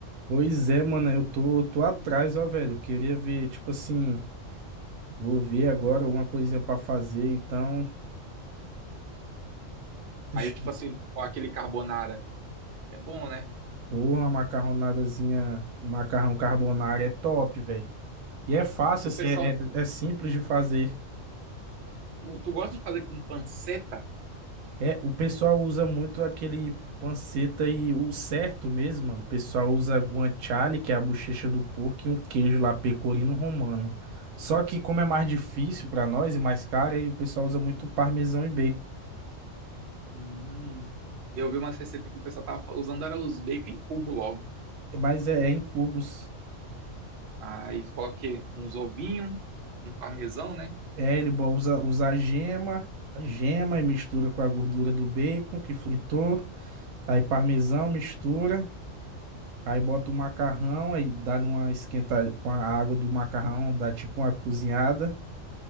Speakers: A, on the right; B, on the right.
A: Pois é, mano, eu tô, tô atrás, ó, velho. Queria ver, tipo assim, vou ver agora alguma coisinha pra fazer, então. Deixa...
B: Aí, tipo assim, ó, aquele carbonara. É bom, né?
A: Porra, uma macarronadazinha, um macarrão carbonara é top, velho. E é fácil,
B: O
A: assim,
B: pessoal,
A: é, é é simples de fazer.
B: o- tu gosta de fazer com panceta?
A: É, o pessoal usa muito aquele panceta e o certo mesmo, mano. O pessoal usa guanciale, que é a bochecha do porco, e um queijo lá pecorino romano. Só que como é mais difícil pra nós e mais caro, aí o pessoal usa muito parmesão e bacon.
B: Hum, eu vi umas receitas que o pessoal tava fa- usando, era os bacon em cubo logo.
A: É, Mas é, é em cubos.
B: Aí coloquei uns ovinhos, um parmesão, né?
A: É, ele bo- usa, usa a gema, a gema e mistura com a gordura do bacon que fritou. Aí parmesão mistura. Aí bota o macarrão, aí dá uma esquentada com a água do macarrão, dá tipo uma cozinhada.